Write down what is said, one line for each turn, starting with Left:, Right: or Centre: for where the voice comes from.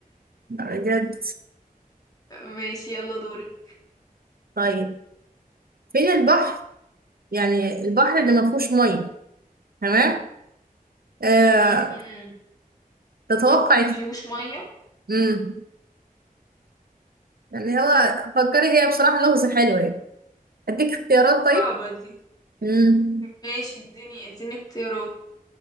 Right: بجد
Left: <laughs> ماشي يلا دوري
Right: طيب فين البحر يعني البحر اللي ما فيهوش مية تمام أه
Left: امم
Right: تتوقع
Left: ما فيهوش مية
Right: امم يعني هو فكري هي بصراحة لغز حلو يعني اديك اختيارات
Left: صعبة
Right: طيب
Left: دي
Right: امم
Left: ماشي اديني اديني اختيارات